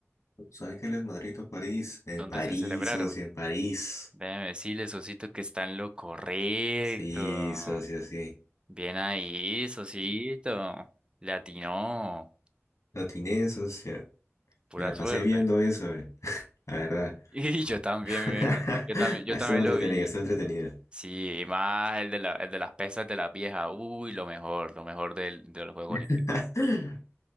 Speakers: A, on the left (about 75°); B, on the right (about 20°).
A: Los Ángeles, Madrid o París. En
B: ¿Dónde
A: París,
B: se celebraron?
A: socio, en París.
B: Déjeme decirle, Sosito, que está en lo correcto.
A: Sí, socio, sí.
B: Bien ahí, Sosito. Le atinó.
A: Lo atiné, socio.
B: Pura
A: Me la
B: suerte.
A: pasé viendo eso, eh, <laughs> La verdad.
B: <laughs> Y yo también,
A: <laughs>
B: yo también, yo
A: Estuvo
B: también
A: entretenido,
B: lo vi.
A: estuvo entretenido.
B: Sí, y más el de la, el de las pesas de la vieja. Uy, lo mejor, lo mejor del, de los Juegos Olímpicos.
A: <laughs>